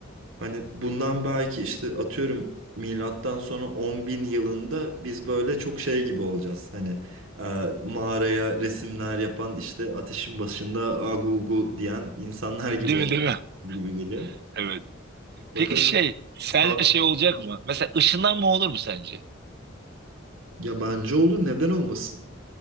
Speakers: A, on the right (about 80°); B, on the right (about 55°).
A: hani bundan belki işte atıyorum milattan sonra 10 bin yılında biz böyle çok şey gibi olacağız. Hani e, mağaraya resimler yapan işte ateşin başında agu ugu diyen insanlar gibi
B: Değil
A: olacağız
B: mi değil mi? <laughs>
A: gibi geliyor.
B: Evet.
A: Bakalım.
B: Peki şey sence
A: Sağ
B: şey olacak mı? Mesela ışınlanma olur mu sence?
A: Yabancı olur neden olmasın?